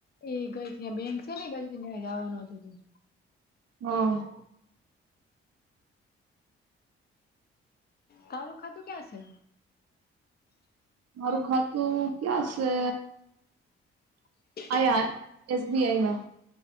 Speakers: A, on the left; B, on the right.
A: એ ગઈ ત્યાં બેક છે ને બધું ત્યાં જવાનું હતું.
B: હા.
A: તારું ખાતું ક્યા છે?
B: મારું ખાતું ક્યાં છે?
A: <inaudible>
B: <unintelligible> એસબીઆઈમાં.